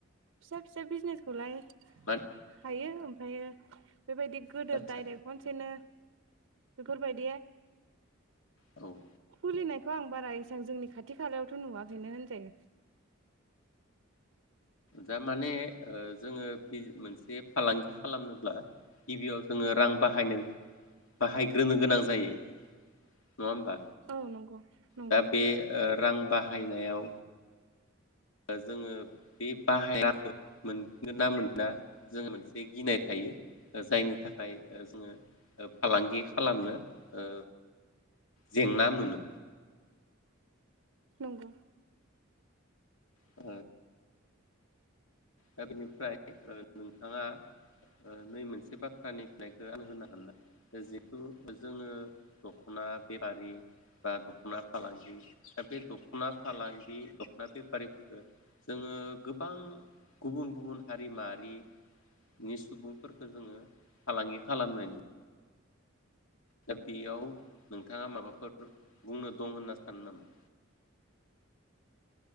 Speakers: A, on the right; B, on the left.
A: फिसा फिसा बिजनेसखौलाय
B: मान
A: हायो फायो बेबायदि गोदोर
B: आदसा
A: डाइरेक्ट खनसेनो बेफोर बायदि
B: औ
A: खुलि नाय खौ आं बारा एसां जोंनि खा थि खालायावथ' नुवाखैनो होनजायो।
B: दा माने ओ जोङो बि मोनसे फालांगि खालामनोब्ला गिबियाव जोङो रां बाहायनो बाहायग्रोनो गोनां जायो। नङा होमबा
A: औ नंगौ नंगौ
B: दा बे ओ रां बाहायनायाव जोङो बे <unintelligible> बाहायाखो मोनगोन ना मोना जोङो मोनसे गिनाय थायो। जायनि थाखाय ओ जोङो ओ फालांगि खालामनो ओ जेंना मोनो।
A: नंगौ
B: अ दा बेनिफ्राय ओ नोंथाङा ओ नै मोनसे बाथ्रानि फिनायखौ आं होनो हागोन ना? जिथु जोङो दख'ना बेफारि बा दख'ना फालांगि दा बे दख'ना फालांगि दख'ना बेफारिफोरखो जोङो गोबां गुबुन गुबुन हारि माहारिनि सुबुंफोरखो जोङो फालांगि खालामनाय नु दा बेयाव नोंथाङा माबाफोर बुंनो दं होनना सानो नामा?